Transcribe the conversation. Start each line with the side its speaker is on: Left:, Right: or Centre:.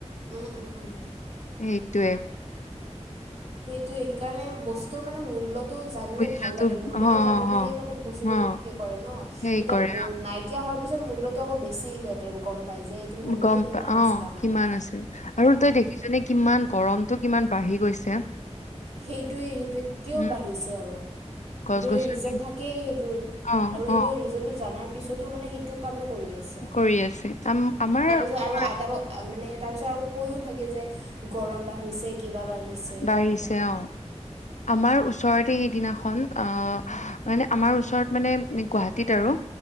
Right: উম উম উম।
Left: সেইটোৱে
Right: সেইটোয়ে সেইকাৰণে বস্তুটোৰ মানে মূল্য টো জানিলে
Left: বুজিলো
Right: ভাল লাগে মূল্যটো
Left: অ
Right: জানিলেহে
Left: অ
Right: মানে বস্তুটো
Left: অ
Right: সেই কৰে ন
Left: সেই
Right: এতিয়া
Left: কৰে
Right: ব নাই কীয়া হোৱাৰ পিছত মূল্যটো আক বেছি সিহঁতে গম পাই যে এইটোৰ মূল্যটো
Left: গম
Right: কিমান
Left: পা
Right: আছিল
Left: অ
Right: আমাৰ
Left: কিমান
Right: তাত
Left: আছে আৰু
Right: অঁ
Left: তই দেখিছ নে কিমান গৰমটো কিমান বাঢ়ি গৈছে।
Right: সেইটোৱে সেইটোৱে কিয়
Left: উম
Right: বাঢ়িছে আৰু
Left: গছ
Right: সেইটো
Left: গছনি
Right: ৰিজন থাকেই সেইটোৰ
Left: অ
Right: আৰু সেইটো
Left: অ
Right: ৰিজনটো জানাৰ পিছতো মানে সেইটোক কামে কৰি আছে আকৌ।
Left: কৰি আছে আম আমাৰ
Right: ত
Left: ওচৰে
Right: আৰু আটা ব মানে তাৰ পিছত আকৌ কৈও থাকে যে গৰম বাঢ়িছে কিবা বাঢ়িছে।
Left: বাঢ়িছে
Right: সেনেকুৱা
Left: অ। আমাৰ ওচৰতে সেইদিনাখন আ মানে আমাৰ ওচৰত মানে গুৱাহাটীত আৰু